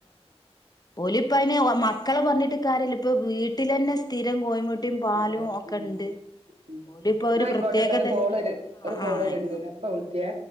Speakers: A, on the left; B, on the right.
A: ഓല് ഇപ്പൊ അയ്ന് മക്കളെ പർഞ്ഞിട്ട് കാര്യല്ല ഇപ്പ വീട്ടിലെന്നെ സ്ഥിരം കോഴ്മു ‌ ട്ടിം പാലും
B: അതെ
A: ഒക്കെണ്ട്
B: ഉം ഉം
A: ഓല് പ്പാഒര്
B: ന്നാ ആയിക്കോട്ടെട്ടോ
A: പ്രത്യേകതല്
B: ഒരു കോള് ഒരു കോള്
A: ആഹ് ആയ്ക്കോട്ടെ.
B: വര്ണ്ട് ഞാൻ ഇപ്പ വിളിക്കെ.